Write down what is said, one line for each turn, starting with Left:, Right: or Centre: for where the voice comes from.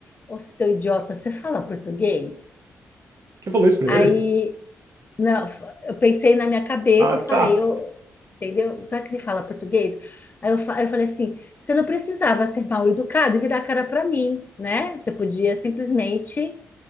Left: ô, seu idiota, você fala português?
Right: Você falou isso pra
Left: Aí,
Right: ele?
Left: não, eu pensei na minha cabeça
Right: Ah,
Left: e
Right: tá.
Left: falei, eu, entendeu? Será que ele fala português? Aí eu, fa- eu falei assim, você não precisava ser mal educado e virar a cara para mim, né? Você podia simplesmente